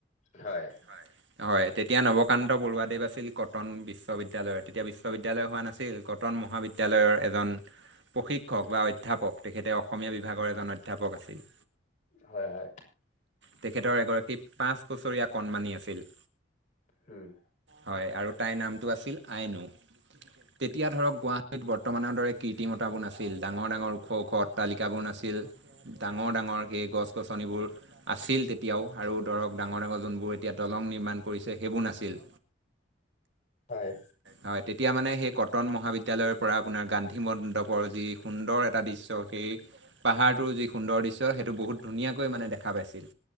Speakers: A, on the left; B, on the right.
A: হয়।
B: হয়, হয় তেতিয়া নৱকান্ত বৰুৱাদেৱ আছিল কটন- বিশ্ববিদ্যালয়ৰ তেতিয়া বিশ্ববিদ্যালয় হোৱা নাছিল, কটন মহাবিদ্যালয়ৰ এজন- প্ৰশিক্ষক বা অধ্যাপক, তেখেতে অসমীয়া বিভাগৰ এজন অধ্যাপক আছিল।
A: হয় হয়।
B: তেখেতৰ এগৰাকী পাঁচ বছৰীয়া কণমানি আছিল।
A: হম।
B: হয় আৰু তাইৰ নামটো আছিল আইনো। তেতিয়া ধৰক গুৱাহাটীত বৰ্তমানৰ দৰে কীৰ্তিমতাবোৰ নাছিল, ডাঙৰ ডাঙৰ ওখ ওখ অট্টালিকাবোৰ নাছিল। ডাঙৰ ডাঙৰ সেই গছ গছনিবোৰ আছিল তেতিয়াও আৰু ধৰক ডাঙৰ ডাঙৰ যোনবোৰ- এতিয়া দলং নিৰ্মাণ কৰিছে সেইবোৰ নাছিল।
A: হয়।
B: হয়, তেতিয়া মানে সেই কটন মহাবিদ্যয়ালয়ৰ পৰা আপোনাৰ গান্ধী মণ্ডপৰ যি সুন্দৰ - এটা দৃশ্য, সেই পাহাৰটোৰ যি সুন্দৰ দৃশ্য সেইটো বহুত ধুনীয়াকৈ মানে দেখা পাইছিল।